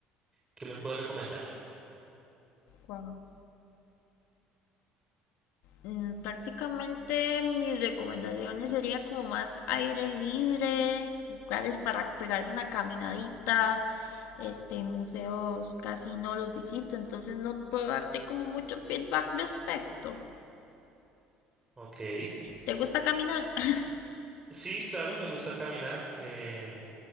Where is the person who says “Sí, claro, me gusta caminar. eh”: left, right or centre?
Right